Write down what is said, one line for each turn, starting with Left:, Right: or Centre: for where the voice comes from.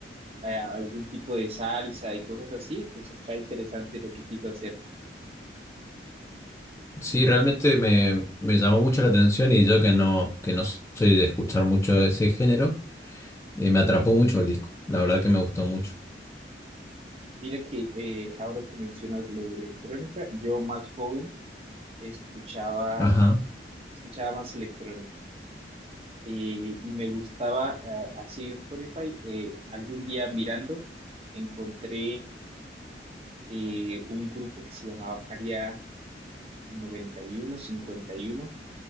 Right: eh, algún tipo de salsa y cosas así, pues está interesante lo que quiso hacer.
Left: Sí, realmente me, me llamó mucho la atención y yo que no, que no soy de escuchar mucho de ese género, eh, me atrapó mucho el disco. La verdad que me gustó mucho.
Right: Mira que eh, ahora que mencionas lo de electrónica, yo más joven escuchaba,
Left: Ajá,
Right: escuchaba más electrónica y, y me gustaba, ah, así en Spotify, eh, algún día mirando, encontré eh, un grupo que se llamaba Área 9151,